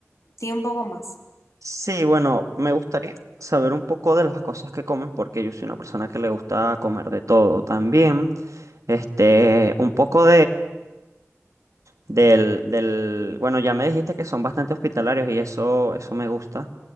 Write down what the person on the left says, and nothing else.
Tiene un poco más.